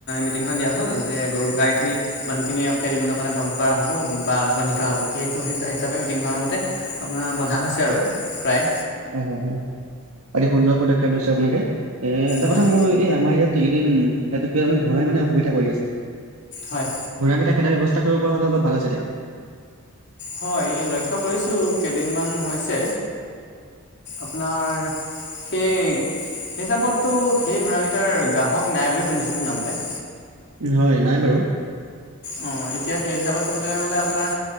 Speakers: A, on the left; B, on the right.
A: মিটিংখন দিয়া হল যে গৰু গাই খিনি মানুহখিনিয়ে খেলি ম <unintelligible> মানে বন্ধ কৰা হ'ব বা বন্্ধি থোৱা হ'ব সেইটো হিচাপে মিটিংখৰ মতে আপোনাৰ বন্ধা হৈছে আৰু প্ৰায়।
B: উম, হম, হম। অতি সুন্দৰ পদক্ষেপ লৈছে আপোনালে এ এটা
A: হয়
B: কথা মই এই আমাৰ ইয়াত এইকেইদিন ইাত ক আমে ঘোৰাই মানে অসুবিধা কৰি আছে
A: হয়
B: ঘোৰা কেইটা কেইটা ব্ৱস্থা কৰিব পৰা হ'লে অলপ ভাল আছিলে।
A: হয় লক্ষ্য কৰিছো কেইদিনমান হৈছে আপোনাৰ সেই হিচাপততো সেই ঘোঁৰা কিটাৰ গ্ৰাহক নাই বুলি শুনিছো শুন মতে
B: হয় নাই বাৰু
A: অ এতিয়া সেই হিচাপত চাবলৈ গলে আপোনাৰ